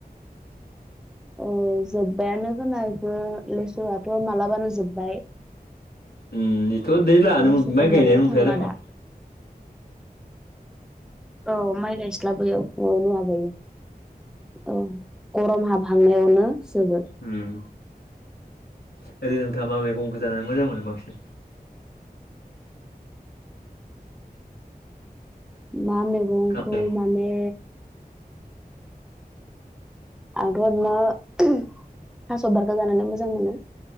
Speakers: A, in the centre; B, on the left (about 85°).
A: औ जोब्बायानो खोनायबो लेसुआथ' मालाबानो जोब्बाय
B: उम बेथ' दै लानानै
A: लेसुखौ
B: माइ गायनायानो
A: मोननो
B: मोनफैया
A: थांला दा औ माइ गायस्लाबोयो नुवाबयो। औ गरम हाबहांनायावनो जोबो
B: उम ओरै नोंथांङा मा मैगंखौ जानानै मोजां मोनो बांसिन
A: मा मैगंखौ
B: खालामो
A: माने आरोथ'नो फास बार गोजानो मोजां मोनो